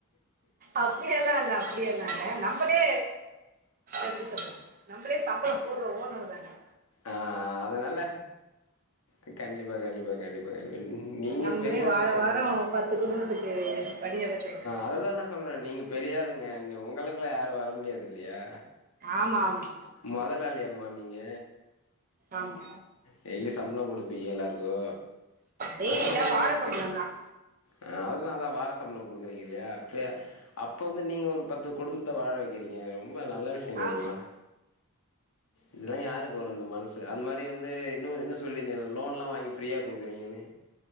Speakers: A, on the right; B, on the left.
A: அப்படி எல்லா இல்ல அப்படி எல்லா இல்ல நம்மளே எப்டி சொல்லுறது நம்மளே சம்பள போடுற ஓனர் தான
B: ஆ அதனால அ கண்டிப்பா கண்டிப்பா கண்டிப்பா கண்டிப்பா நீங்க
A: நம்மளே
B: பெரியாளுங்க
A: வார வாரம்
B: உங்க
A: பத்து குடும்பத்துக்கு வழி இறக்குறோங்க
B: அதுதா சொல்ற நீங்க பெரியாலுங்க நீ உங்கலக்லா யாரு வர முடியாது இல்லயா
A: ஆமா ஆமா
B: முதலாளி அம்மா நீங்க
A: ஆமா
B: டெய்லி சம்பளோ குடுப்பீக எல்லாருக்கோ
A: டெய்லி
B: நாங்களா
A: இல்ல
B: உங்க
A: வார
B: அளவுக்
A: சம்பளம் தான்
B: அ அதுதா அதா வார சம்பளம் குடுக்குறீங்க இல்லயா பே அப்போ வந்து நீங்க ஒரு பத்து குடும்பத்த வாழ வைக்கிறீங்க ம் ரொம்ப நல்ல விஷ்யங்க
A: ஆமா
B: இதெல்லா இதுலா யாருக் ஒரு அந்த மனசு அது மாரி வந்து இன்னு இன்னு சொல்லியிருந்தேனோ லோனலா வாங்கி ஃப்ரீய குடுக்குறிங்யன்ன